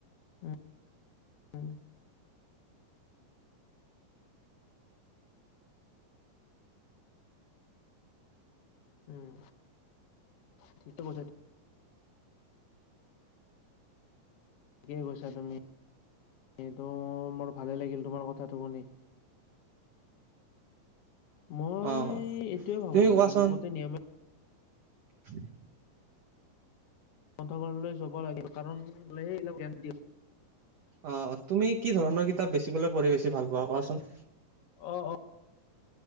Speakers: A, on the left; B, on the right.
A: উম, উম। উম, ঠিক কৈছা। ঠিকেই কৈছাঁ তুমি, এইটো মোৰ ভালেই লাগিল তোমাৰ কথাটো শুনি। মই
B: অহ
A: এইটোৱে ভাবোঁ
B: তুমি কোৱাচোন
A: মোৰ মতে নিয়মীয়া
B: <unintelligible>
A: গ্ন্থগাৰলৈ যাব লাগে কাৰণ, ল সে এইাক জ্ঞান দ <unintelligible>
B: অ', তুমি কি ধৰণৰ কিতাপ বেছি পঢ়ি বেছি ভাল পোৱা, কোৱাচোন।
A: অ, অ'।